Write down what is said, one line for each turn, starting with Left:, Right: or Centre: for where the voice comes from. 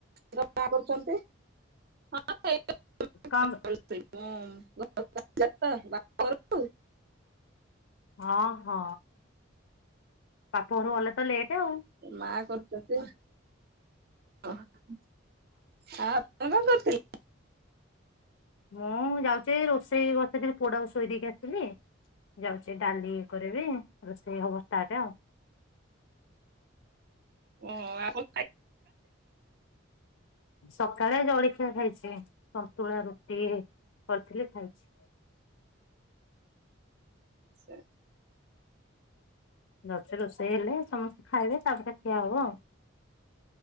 Right: <inaudible> କରୁଚନ୍ତି। ହଁ। <inaudible>
Left: କଣ
Right: ସେଇଥିପାଇଁ ଆଉ। <inaudible> ବାପ ଘରକୁ।
Left: ହଁ, ହଁ ବାପ ଘରକୁ ଗଲେ ତ ଲେଟ୍। ଆଉ
Right: ମା କର ତୋତେ, ଅଁ, ହଁ ଆ ହଁ କଣ କରୁଥିଲି?
Left: ମୁଁ ଯାଉଛି ରୋଷେଇ ବଷେଇରେ ପୋଡା ଶୋଇ ଦେଇକି ଆସିଲି ଯାଉଛି ଡାଲି କରିବି ରୋଷେଇ ହବସ୍ ତାଟା ଆଉ।
Right: ଓ ଆଣ
Left: ସକାଳେ ଜଳଖିଆ ଖାଇଛି ସନ୍ତୁଳା ରୁଟି କରିଥିଲି ଖାଇଛି।
Right: ସେ
Left: ନଛ ରୋଷେଇ ହେଲେ ସମସ୍ତେ ଖାଇବେ ତାପ କଖିଆ ଆବ